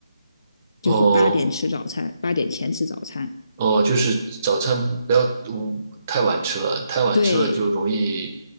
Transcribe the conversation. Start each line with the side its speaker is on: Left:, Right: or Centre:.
Left: 就是八点吃早餐，
Right: 哦
Left: 八点前吃早餐。
Right: 哦，就是早餐不要嗯太晚吃了，太晚吃了就容易
Left: 对，